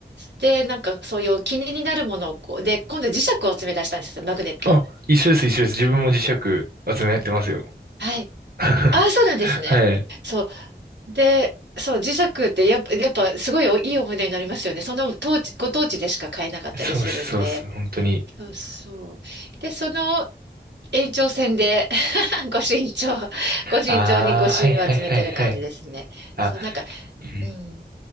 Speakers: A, on the right; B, on the right.
A: で、なんかそういう気になるものをこう、で、今度磁石を詰め出したんですよ、マグネット。
B: あ、一緒です、一緒です。自分も磁石集めやってますよ。
A: はい。
B: <laughs>
A: ああ、そうなんですね。
B: はい。
A: そう。で、そう、磁石ってやっぱ、やっぱすごいおいい思い出になりますよね。その当地、ご当地でしか買えなかったりするんで。
B: そうっす、そうっす。本当に。
A: そうそう。で、その延長線で <laughs> ご身長、ご身長にご朱印を集めてる感じですね。
B: ああ、はいはいはいはい。あ、
A: そう、なんか、
B: うん
A: うん。